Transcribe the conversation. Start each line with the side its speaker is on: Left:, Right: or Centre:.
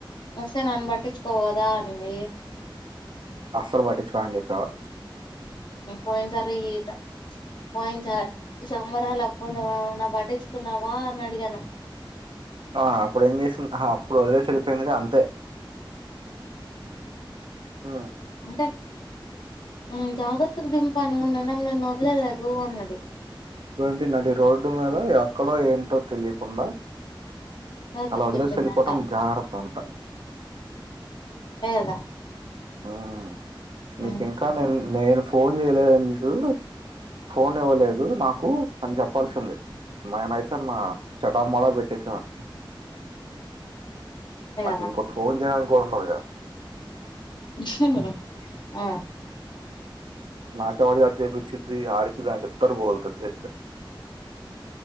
Left: వస్తే నన్ను పట్టించుకోవగద అనింది
Right: అసర్ పట్టించుకోను అని చెప్పావా
Left: పోయినాసారి ఈ పోయినాసారి సంబరాాలు అప్పున్నావా నా పట్టించుకున్నావా అని అడిగాను
Right: ఆ అప్పుడు ఏం చేసింది అప్పుడు అదే చలి ఎందుకు అంతే ఆ
Left: అంటే ఉ జాగ్రత్తగ దింపాను మేడం నేను వదిలేయ లేదు అన్నది
Right: ఏంటి నడి రోడ్డు మీద ఎక్కడో ఏంటో తెలియకుండా
Left: జాగ్రత్తకు
Right: అలా వదిలేసి
Left: దింపిందంట
Right: వెళ్ళిపోవటం జాగ్రత్త అంట
Left: అదే కదా
Right: ఆ నీకు
Left: ఉమ్
Right: ఇంకా నేను నేను ఫోన్ చేయలేదు నీకు ఫోన్ ఇవ్వలేదు
Left: ఉమ్
Right: నాకు అని చెప్పాల్సింది మన్యి సార్ నా చటామాడ బట్ ఎస <unintelligible>
Left: అంతే
Right: నాకు
Left: కదా
Right: ఇంకోక ఫోన్ చేయడానికి కూడ ఉండదుగ
Left: <unintelligible> ఆ
Right: నాకెవరి చేత జేపిచ్చిద్ధి ఆడికి దానికి ఇద్దరికి పగుల్తది చేస్తే